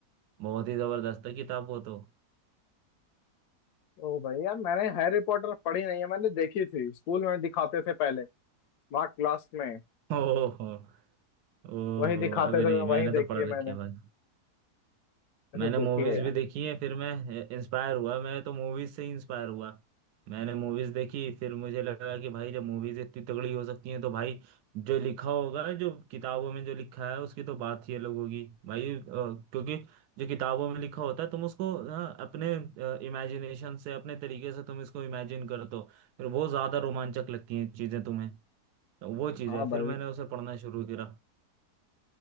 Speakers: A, on the right (about 75°); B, on the left (about 80°).
A: बहुत ही जबरदस्त है किताब वो तो
B: ओ भाई यार मैंने हैरी पॉटर पढ़ी नहीं है मैंने देखी थी स्कूल में दिखाते थे पहले स्मार्ट क्लास में
A: <laughs> ओहो ओहो
B: वही दिखाते
A: अबे
B: थे
A: नहीं
B: तो वही
A: मैंने तो
B: देखी
A: पढ़
B: है
A: रखी
B: मैंने
A: है भाई मैंने
B: तो देखिए
A: मूवीज
B: यार
A: भी देखी है फिर मैं इंस्पायर हुआ मैं तो मूवीज से ही इंस्पायर हुआ मैंने मूवीज देखी फिर मुझे लगा कि भाई जब मूवीज इतनी तगड़ी हो सकती हैं तो भाई जो लिखा होगा जो किताबों में जो लिखा है उसकी तो बात ही अलग होगी भाई अ, क्योंकि जो किताबों में लिखा होता है तुम उसको ना अपने इमेजिनेशन से अपने तरीके से तुम इसको इमेजिन करते हो फिर बहुत ज्यादा रोमांचक लगती हैं चीजें तुम्हें तो वो चीज
B: हाँ
A: है
B: भाई
A: फिर मैंने उसे पढ़ना शुरू करा